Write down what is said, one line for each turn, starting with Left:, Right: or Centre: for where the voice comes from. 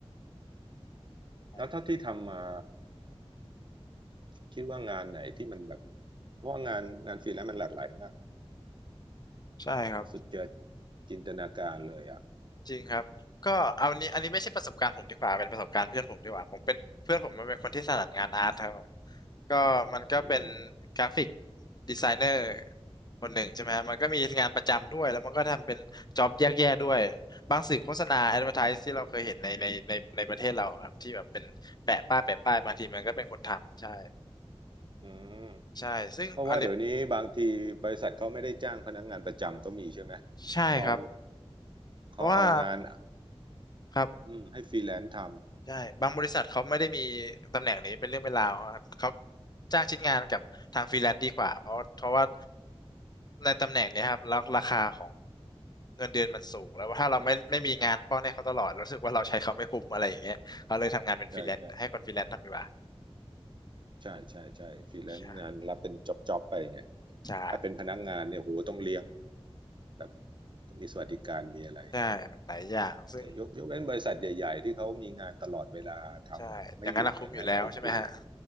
Left: อืม
Right: แล้วเท่าที่ทำมาคิดว่างานไหนที่มันแบบเพราะว่างานงานฟรีแลนซ์มันหลากหลายมากนะ
Left: ใช่ครับ
Right: สุดจะจินตนาการเลยอ่ะ
Left: จริงครับก็เอาอันนี้อันนี้ไม่ใช่ประสบการณ์ผมดีกว่าเป็นประสบการณ์เพื่อนผมดีกว่าผมเป็นเพื่อนผมมันเป็นคนที่ถนัดงานอาร์ตครับผมก็มันก็เป็น
Right: อืม
Left: กราฟิกดีไซเนอร์คนหนึ่งใช่ไหมฮะมันก็มีงานประจำด้วยแล้วมันก็ทำเป็นจ็อบแยกๆด้วยบางสื่อโฆษณาแอดเวอร์ไทซ์ที่เราเคยเห็นในในในในประเทศเราครับที่แบบเป็นแปะป้ายแปะป้ายบางทีมันก็เป็นคนทำใช่
Right: อืม
Left: ใช่ซึ่งอันนี้
Right: เพราะว่าเดี๋ยวนี้บางทีบริษัทเขาไม่ได้จ้างพนักงานประจำก็มีใช่ไหม
Left: ใช่ครับ
Right: เขา
Left: เพราะว่า
Right: เขาเอางาน
Left: ครับ
Right: อืมให้ฟรีแลนซ์ทำ
Left: ใช่บางบริษัทเขาไม่ได้มีตำแหน่งนี้เป็นเรื่องเป็นราวอะเขาจ้างชิ้นงานกับทางฟรีแลนซ์ดีกว่าเพราะเพราะว่าในตำแหน่งเนี้ยครับแล้วราคาของเงินเดือนมันสูงแล้วถ้าเราไม่ไม่มีงานป้อนให้เขาตลอดรู้สึกว่าเราใช้เขาไม่คุ้มอะไรอย่างเงี้ยเขาเลยทำงานเป็นฟรีแลนซ์ให้คนฟรีแลนซ์ทำดีกว่า
Right: ใช่ใช่ใช่ใช่ใช่ฟรีแลนซ์งานรับเป็นจ็อบจ็อบไปไง
Left: ใช่ใช่
Right: ถ้าเป็นพนักงานเนี่ยโหต้องเลี้ยงแบบต้องมีสวัสดิการมีอะไร
Left: ใช่มันหลายอย่างซึ่ง
Right: แต่ยกยกเว้นบริษัทใหญ่ๆที่เขามีงานตลอดเวลาทำไม่หยุดอย่างนั้นนะโอเค
Left: ใช่อย่างนั้นละคุ้มอยู่แล้วใช่ไหมฮะ